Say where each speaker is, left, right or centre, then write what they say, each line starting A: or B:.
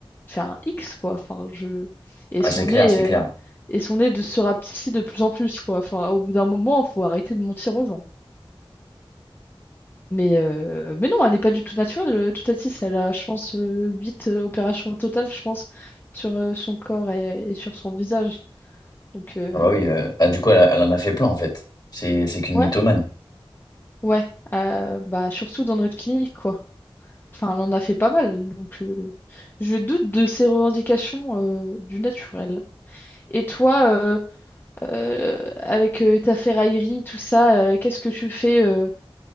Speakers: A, on the left; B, on the left.
A: fait un X, quoi. Enfin, je... Et
B: Ah,
A: son
B: c'est clair,
A: nez,
B: c'est
A: euh,
B: clair.
A: et son nez de se rapetisser de plus en plus, quoi. Enfin, au bout d'un moment, faut arrêter de mentir aux gens. Mais, euh, mais non, elle n'est pas du tout naturelle, euh, toute six Elle a, je pense, euh, 8 euh, opérations au total, je pense, sur euh, son corps et, et sur son visage. Donc, euh,
B: Ah bah oui, euh, ah, du coup, elle, elle en a fait plein, en fait. C'est, c'est qu'une
A: ouais,
B: mythomane.
A: ouais. Euh, bah, surtout dans notre clinique, quoi. Enfin, elle en a fait pas mal, donc euh, je doute de ses revendications euh, du naturel. Et toi, euh, euh, avec euh, ta ferraillerie, tout ça, euh, qu'est-ce que tu fais euh,